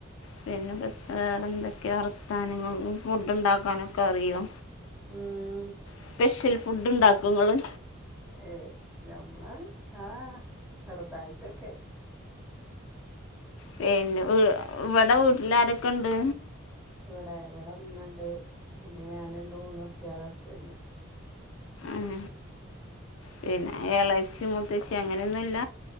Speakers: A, on the left; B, in the centre.
A: പിന്നെ വേറൊന്തൊക്കെ വറത്താനങ്ങള് ഫുഡ്ണ്ടാക്കാനൊക്കെ അറിയോ?
B: ഉം
A: സ്പെഷ്യൽ ഫുഡ്ണ്ടാക്കൊങ്ങള്
B: ഏയ് നമ്മള ആഹ് ആഹ് ചെറുത്തായിട്ടൊക്കെ
A: പിന്നെ വീ ഇവിടെ വീട്ടിലാരൊക്കെണ്ട്
B: ഇവിടെ ഇവിടെമ്മണ്ട് പിന്നെ ഞാനുണ്ട് മൂന്ന് കുട്യാളു ഹസ്ബന്റും
A: ഉം പിന്നെ ഏളച്ചി മൂത്തച്ചി അങ്ങനെന്നൂല്ല